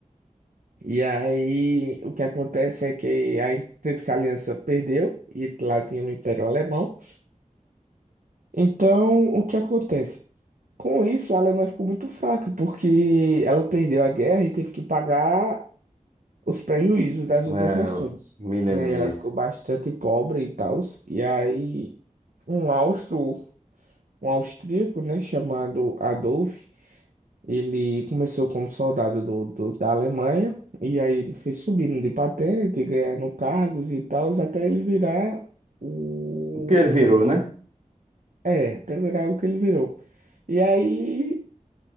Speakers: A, on the right (about 80°); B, on the right (about 60°).
A: E aí o que acontece é que a Tríplice Aliança perdeu e lá tinha o Império Alemão. Então, o que acontece? Com isso, a Alemanha ficou muito fraca, porque ela perdeu a guerra e teve que pagar os prejuízos das outras
B: é,
A: nações.
B: eu me lembro
A: E aí
B: disso.
A: ela ficou bastante pobre e tal. E aí um austro, um austríaco, né, chamado Adolf, ele começou como soldado do, do- da Alemanha, e aí ele foi subindo de patente, ganhando cargos e tal, até ele virar o...
B: O que ele virou, né?
A: É, até virar o que ele virou. E aí